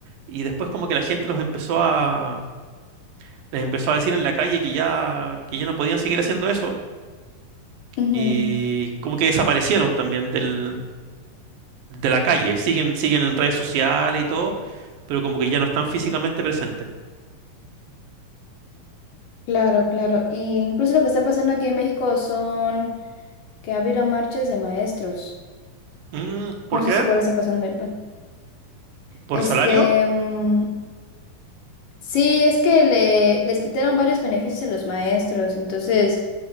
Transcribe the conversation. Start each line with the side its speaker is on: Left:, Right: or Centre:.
Right: y después como que la gente los empezó a les empezó a decir en la calle que ya que ya no podían seguir haciendo eso
Left: Ujú,
Right: y como que desaparecieron también del de la calle. Siguen siguen en redes sociales y todo, pero como que ya no están físicamente presentes.
Left: Claro, claro. Y incluso lo que está pasando aquí en México son que ha habido marchas de maestros.
Right: Mm, ¿Por
Left: No sé
Right: qué?
Left: si cuál está pasando ahí. Bueno,
Right: ¿por
Left: este,
Right: salario?
Left: mm, Sí, es que le, les quitaron varios beneficios a los maestros, entonces